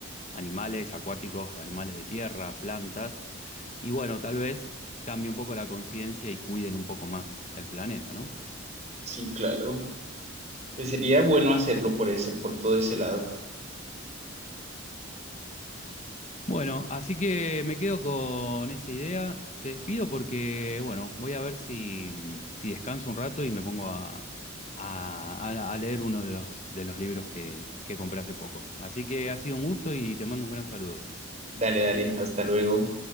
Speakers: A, on the left (about 35°); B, on the right (about 35°).
A: animales acuáticos, animales de tierra, plantas, y bueno, tal vez cambie un poco la conciencia y cuiden un poco más el planeta, ¿no?
B: Sí, claro. Pues sería bueno hacerlo por ese, por todo ese lado.
A: Bueno, así que me quedo con esa idea. Te despido porque, bueno, voy a ver si, si descanso un rato y me pongo a, a- a leer uno de los, de los libros que, que compré hace poco. Así que ha sido un gusto y te mando un gran saludo.
B: Dale, dale, hasta luego.